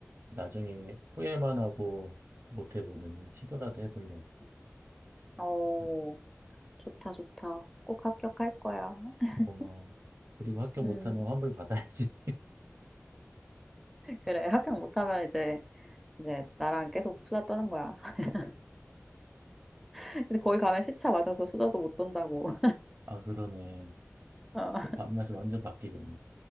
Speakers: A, on the right; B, in the centre.
A: 나중에 후회만 하고 못 해보느니
B: 응,
A: 시도라도 해보려고.
B: 응. 어,
A: 음,
B: 좋다, 좋다. 꼭 합격할 거야. <laughs>
A: 고마워. 그리고 학교 못하면
B: 음,
A: 환불 받아야지.
B: 그래. 합격 못하면 이제 이제 나랑 계속 수다 떠는 거야. <laughs> 근데 거기 가면 시차 맞아서 수다도 못 떤다고.
A: <laughs> 아 그러네.
B: <laughs> 어.
A: 밤낮이 완전 바뀌겠네.